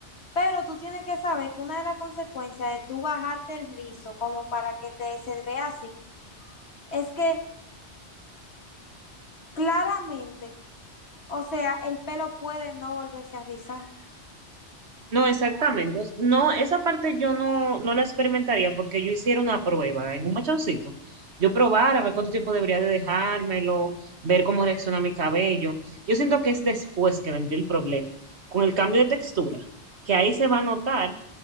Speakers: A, on the left (about 65°); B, on the right (about 70°).
A: pero tú tienes que saber que una de las consecuencias de tú bajarte el rizo como para que te se vea así, es que claramente, o sea, el pelo puede no volverse a rizar.
B: No, exactamente. No, esa parte yo no, no la experimentaría porque yo hiciera una prueba en un machoncito. Yo probar a ver cuánto tiempo debería de dejármelo, ver cómo reacciona mi cabello. Yo siento que es después que vendría el problema, con el cambio de textura, que ahí se va a notar